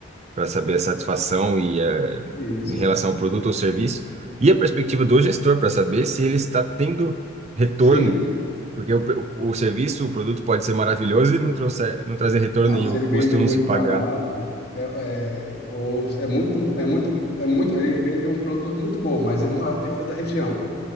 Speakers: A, on the right; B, on the left.
A: para saber a satisfação e a
B: isso.
A: em relação ao produto ou serviço, e a perspectiva do gestor para saber se ele está tendo retorno.
B: Sim,
A: Porque o, o serviço, o produto pode ser maravilhoso e não, trouxer, não trazer retorno
B: Não,
A: nenhum,
B: se
A: o
B: ele
A: custo
B: vende muito
A: não se pagar.
B: barato, é, é, ou é muito, é muito, é muito, ele vende um produto muito bom, mas ele não é o perfil da região,